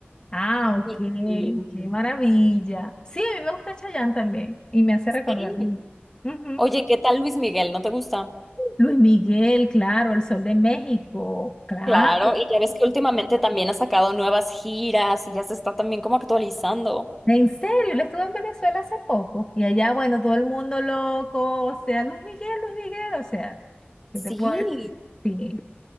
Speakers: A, on the left; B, in the centre.
A: Ah, ok,
B: Y, y- mm,
A: qué maravilla. Sí, a mí me gusta Chayanne también y me hace recordar.
B: Sí.
A: Ujú.
B: Oye, ¿qué tal Luis Miguel? ¿No te gusta?
A: Luis Miguel, claro, El Sol de México, claro.
B: Claro, y ya ves que últimamente también ha sacado nuevas giras y ya se está también como actualizando.
A: En serio, él estuvo en Venezuela hace poco y allá, bueno, todo el mundo loco, o sea, Luis Miguel, Luis Miguel, o sea, ¿qué te
B: Sí.
A: puedo decir? Sí.